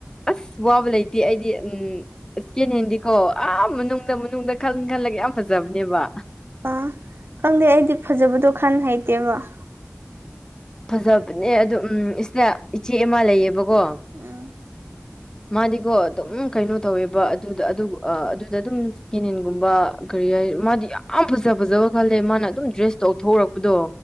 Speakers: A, on the left; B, on the right.
A: ꯑꯁ ꯋꯥꯕ ꯂꯩꯇꯦ ꯑꯩꯗꯤ ꯎꯝ ꯏꯁꯀꯦꯟ ꯍꯦꯟꯗꯤꯈꯣ ꯑꯥ ꯃꯅꯨꯡꯗ ꯃꯅꯨꯡꯗ ꯈꯜ ꯈꯜꯂꯒ ꯌꯥꯝ ꯐꯖꯕꯅꯦꯕ
B: ꯑꯥ ꯈꯪꯗꯦ ꯑꯩꯗꯤ ꯐꯖꯕꯗꯣ ꯈꯟ ꯍꯩꯇꯦꯕ
A: ꯐꯖꯕꯅꯦ ꯑꯗꯨ ꯎꯝ ꯏꯁꯗ ꯏꯆꯦ ꯑꯃ ꯂꯩꯌꯦꯕꯀꯣ
B: ꯎꯝ
A: <unintelligible> <inaudible> ꯃꯥꯗꯤꯀꯣ ꯑꯗꯨꯝ ꯀꯩꯅꯣ ꯇꯧꯋꯦꯕ ꯑꯗꯨꯗ ꯑꯗꯨ ꯑꯗꯨꯝ ꯁꯤꯀꯦꯅꯦꯟꯒꯨꯝꯕ ꯀꯔꯤ ꯍꯥꯏ ꯃꯥꯗꯤ ꯌꯥꯝ ꯐꯖ ꯐꯖꯕ ꯈꯜꯂꯦ ꯃꯥꯅ ꯑꯗꯨꯝ ꯗ꯭ꯔꯦꯁ ꯇꯧꯊꯣꯔꯛꯄꯗꯣ